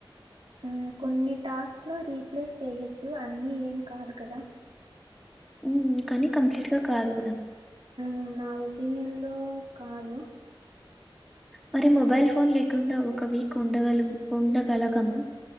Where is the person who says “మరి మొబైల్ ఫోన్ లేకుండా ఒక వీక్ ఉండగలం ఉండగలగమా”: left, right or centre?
Centre